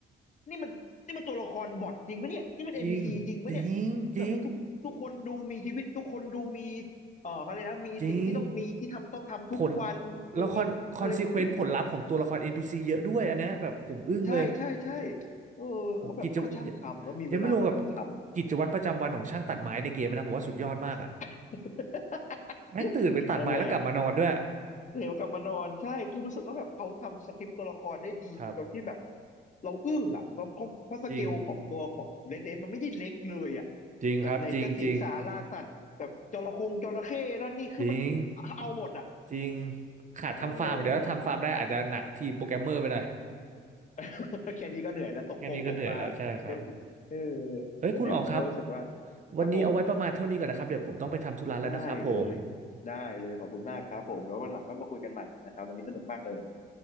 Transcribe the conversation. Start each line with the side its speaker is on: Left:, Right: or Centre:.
Left: นี่มันนี่มันตัวละครบอทจริงไหมเนี่ยนี่มันเอบีซีจริงไหมเนี่ย
Right: จริงจริงจริง
Left: แบบทุกทุกคนดูมีชีวิตทุกคนดูมี เออเขาเลยกนะมีสิ่งที่ต้องมีที่ทำต้องทำทุกวันมี
Right: จริง ผลแล้วคอนคอนซีเควนต์ผลลัพธ์ของตัวละคร
Left: อะไรหู
Right: NPC เยอะด้วยอันเนี้ยแบบผมอึ้งเลย
Left: ใช่ใช่ใช่เออเขาแบบเขาก็ช่างทำแล้วมีเวลามานั่งทำ
Right: โอ้กิจวัตรยังยังไม่รวมกับกิจวัตรประจำวันของช่างตัดไม้ในเกมนะผมว่าสุดยอดมากอ่ะ
Left: <laughs>
Right: แม่งตื่นไปตัดไม้แล้วกลับมานอนด้วย
Left: นั่นแหละเดี๋ยวกลับมานอนใช่คือรู้สึกว่าแบบเขาทำสคริปต์ตัวละครได้ดีจนที่แบบ
Right: ครับ
Left: เราอึ้งอ่ะเราเพราะเพราะสเกลของตัวของเ
Right: จริง
Left: d ด a นมันไม่ได้เล็กเลยอ่ะ
Right: จริงครับจริงจริง
Left: แบบไหนจะสิงสาราสัตว์แบบจระคงจระเข้นั่นนี่คือมัน
Right: จริง
Left: เอาหมดอ่ะ
Right: จริงขาดทำฟาร์มเดี๋ยวถ้าทำฟาร์มได้อาจจะหนักทีมโปรแกรมเมอร์ไปหน่อย
Left: นั่นแหละ <laughs> แค่นี้ก็เหนื่อยแล้วตกปงตกปลาเอ้ย
Right: แค่นี้ก็เหนื่อยแล้วใช่ครับ
Left: เออ
Right: เฮ้ยคุณออกครับ
Left: นั่นแหละผมก็รู้สึกว่าครับผม
Right: วันนี้เอาไว้ประมาณเท่านี้ก่อนนะครับเดี๋ยวผมต้องไปทำธุระแล้วนะครับผม
Left: ได้เลยได้เลยขอบคุณมากครับผมแล้ววันหลังค่อยมาคุยกันใหม่นะครับวันนี้สนุกมากเลย